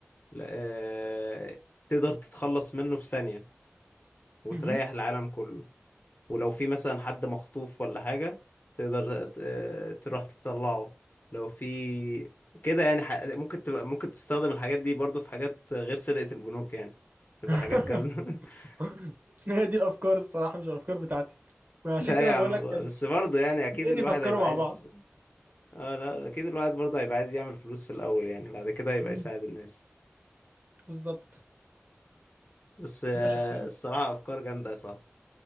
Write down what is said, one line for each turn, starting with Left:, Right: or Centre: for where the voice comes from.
Left: لا- آه، تقدر تتخلص منه في ثانية وتريح
Right: مهم.
Left: العالم كله ولو في مثلا حد مخطوف ولا حاجة تقدر ت- آه، تروح تطلعه لو في كده يعني ح... ممكن تبقى ممكن تستخدم الحاجات دي برضو في حاجات غير سرقة البنوك يعني تبقى
Right: <laughs>
Left: حاجات جامدة <laughs>
Right: <laughs> هي دي الافكار الصراحه مش الافكار بتاعتي ما عشان
Left: لا
Right: كده
Left: يا
Right: بقول
Left: عم
Right: لك يعني
Left: بس برضه يعني أكيد
Right: اتنين
Left: الواحد
Right: يفكروا
Left: هيبقى عايز
Right: مع بعض
Left: اه لا أكيد الواحد برضه هيبقى عايز يعمل فلوس في الأول يعني بعد كده هيبقى
Right: مم.
Left: يساعد الناس
Right: بالظبط
Left: بس آه،
Right: ماشي يا اخويا
Left: الصراحة أفكار جامدة يا صاحبي